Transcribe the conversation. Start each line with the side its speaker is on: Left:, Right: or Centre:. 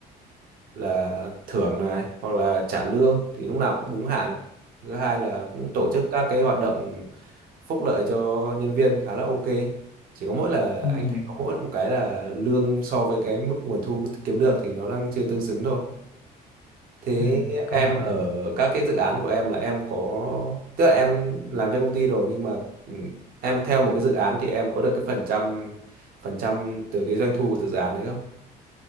Right: là thưởng này hoặc là trả lương thì lúc nào cũng đúng hạn thứ hai là cũng tổ chức các cái hoạt động phúc lợi cho nhân viên khá là ok chỉ có mỗi là
Left: ừ
Right: anh thấy có mỗi một cái là lương so với cái mức nguồn thu kiếm được thì nó đang chưa tương xứng thôi thế
Left: ừ công
Right: em ở
Left: nhận
Right: các cái dự án của em là em có tức là em làm cho công ty rồi nhưng mà ừ, em theo một cái dự án thì em có được cái phần trăm phần trăm từ cái doanh thu từ dự án đấy không